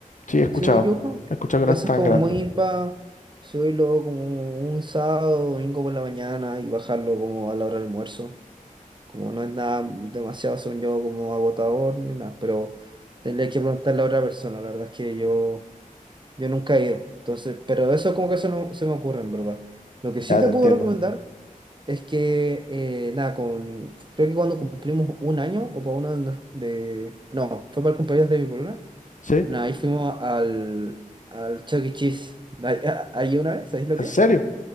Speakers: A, on the left (about 60°); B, on the right (about 35°).
A: Sí, he escuchado.
B: Si no me equivoco,
A: He escuchado que
B: eso
A: no es tan
B: es como
A: grande.
B: muy para subirlo como un sábado, domingo por la mañana y bajarlo como a la hora del almuerzo. Como no es nada demasiado, según yo, como agotador ni nada, pero tendría que preguntarle a otra persona. La verdad es que yo, yo nunca he ido. Entonces, pero eso como que se, no- se me ocurre, en verdad. Lo que sí
A: Ya
B: te
A: te
B: puedo
A: entiendo.
B: recomendar es que, eh, nada, con, creo que cuando cumplimos un año o para uno de, nos- de- No, fue para el cumpleaños de mi polola
A: ¿Sí?
B: no, ahí fuimos al, al Chuck E. Cheese. ¿Ahí ah, ahí una vez? ¿Sabéis lo
A: ¿En
B: que
A: serio?
B: es?